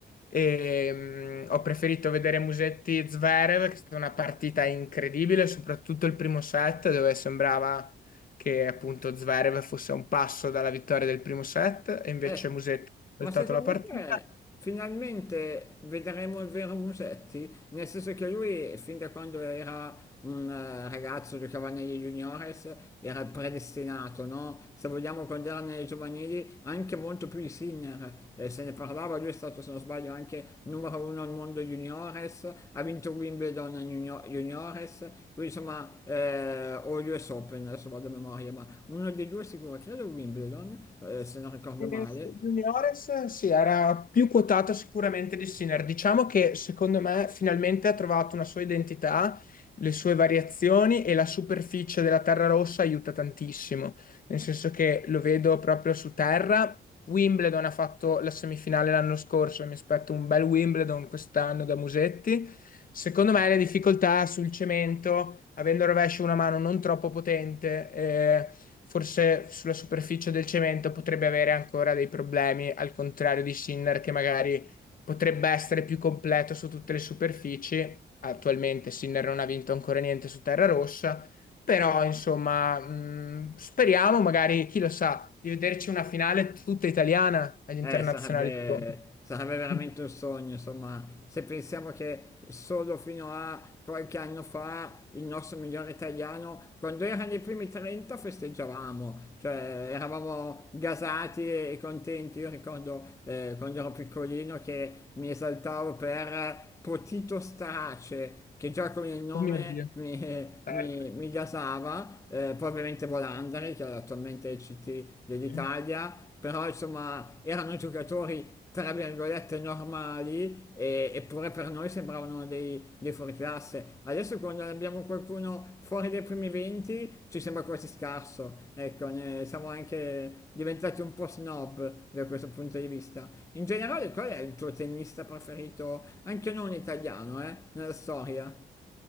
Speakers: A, on the left; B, on the left.
A: E, mh, ho preferito vedere Musetti Zverev, che è stata una partita incredibile, soprattutto il primo set dove sembrava che appunto Zverev fosse a un passo dalla vittoria del primo set e invece
B: eh,
A: Musetti ha voltato
B: Ma secondo
A: la partita.
B: te finalmente vedremo il vero Musetti? Nel senso che lui, fin da quando era un eh, ragazzo, giocava negli juniores, era predestinato, no? Se vogliamo, quando era nelle giovanili, anche molto più di Sinner. Eh, se ne parlava, lui è stato, se non sbaglio, anche numero uno al mondo juniores, ha vinto Wimbledon junior- juniores, lui insomma, eh, o l'US Open, adesso vado a memoria, ma uno dei due sicuro, credo Wimbledon, eh, se non ricordo
A: E
B: male,
A: Juniores sì, era più quotato sicuramente di Sinner. Diciamo che secondo me finalmente ha trovato una sua identità, le sue variazioni e la superficie della terra rossa aiuta tantissimo, nel senso che lo vedo proprio su terra, Wimbledon ha fatto la semifinale l'anno scorso, e mi aspetto un bel Wimbledon quest'anno da Musetti. Secondo me le difficoltà sul cemento, avendo il rovescio una mano non troppo potente, eh, forse sulla superficie del cemento potrebbe avere ancora dei problemi, al contrario di Sinner che magari potrebbe essere più completo su tutte le superfici. Attualmente Sinner non ha vinto ancora niente su terra rossa però, insomma, mh, speriamo magari, chi lo sa, di vederci una finale tutta italiana agli internazionali
B: Eh, sarebbe,
A: di Roma.
B: sarebbe veramente
A: <laughs>
B: un sogno, insomma, se pensiamo che solo fino a qualche anno fa il nostro migliore italiano, quando era nei primi 30, festeggiavamo, cioè eravamo gasati e contenti. Io ricordo eh, quando ero piccolino che mi esaltavo per Potito Strace, che già con il nome
A: Oh mio Dio,
B: mi,
A: certo.
B: mi, mi gasava, eh, poi ovviamente Volandri, che è attualmente il CT dell'Italia,
A: Sì.
B: però insomma erano giocatori tra virgolette normali e- eppure per noi sembravano dei, dei fuoriclasse classe. Adesso quando abbiamo qualcuno fuori dai primi 20 ci sembra quasi scarso, ecco, ne siamo anche diventati un po' snob da questo punto di vista. In generale qual è il tuo tennista preferito, anche non italiano, eh, nella storia?